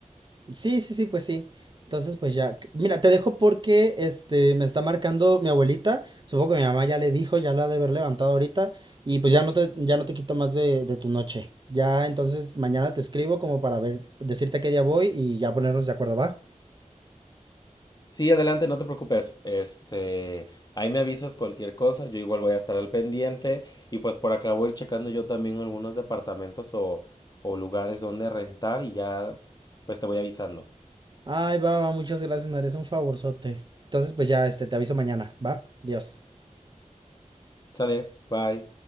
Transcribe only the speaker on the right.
Sí, sí, sí, pues sí. Entonces, pues ya, c- mira, te dejo porque este me está marcando mi abuelita. Supongo que mi mamá ya le dijo, ya la ha de haber levantado ahorita. Y pues ya no te, ya no te quito más de, de tu noche. Ya, entonces mañana te escribo como para ver, decirte qué día voy y ya ponernos de acuerdo, ¿va?
Ay, va, va, muchas gracias, me eres un favorzote. Entonces, pues ya, este, te aviso mañana, ¿va? Adiós.